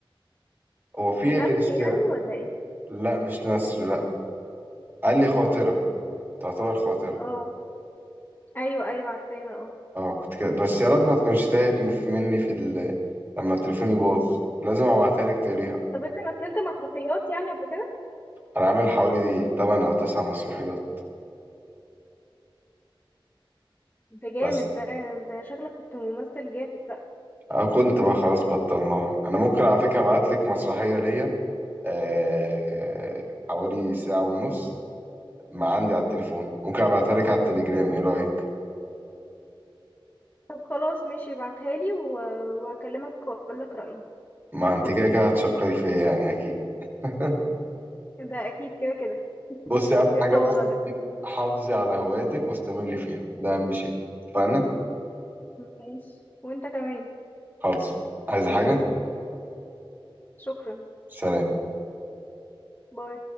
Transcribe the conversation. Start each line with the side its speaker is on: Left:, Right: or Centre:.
Right: هو في
Left: نثر
Right: إيه غير الشعر
Left: يعني ولا ايه
Right: لا مش نثر لا قال لي خاطرة تعتبر خاطرة
Left: اه ايوه ايوه عارفاها اه
Right: اه كنت كده بس يا رب ما تكونش تاهت مف- مني في ال... لما تليفوني باظ لازم ابعتها لك تقريها
Left: طب انت مثلت مسرحيات يعني قبل كده
Right: انا عامل حوالي 8 او 9 مسرحيات
Left: ده جامد
Right: بس
Left: ده انت شكلك كنت ممثل جامد
Right: أنا كنت بقى خلاص بطلناها انا ممكن على فكرة ابعت لك مسرحية ليا آه... حوالي ساعة ونص ما عندي على التليفون ممكن ابعتها لك على التليجرام ايه رأيك
Left: طب خلاص ماشي ابعتها لي و... وهكلمك واقول لك رأيي
Right: ما انت كده كده هتشكري فيا يعني اكيد <laughs>
Left: ده اكيد كده كده <laughs>
Right: بصي
Left: ايه
Right: اهم
Left: التواضع
Right: حاجه بس
Left: ده
Right: حافظي على هواياتك واستمري فيها ده اهم شيء فانا
Left: ماشي وانت كمان
Right: خالص عايزه حاجه
Left: شكرا
Right: سلام
Left: باي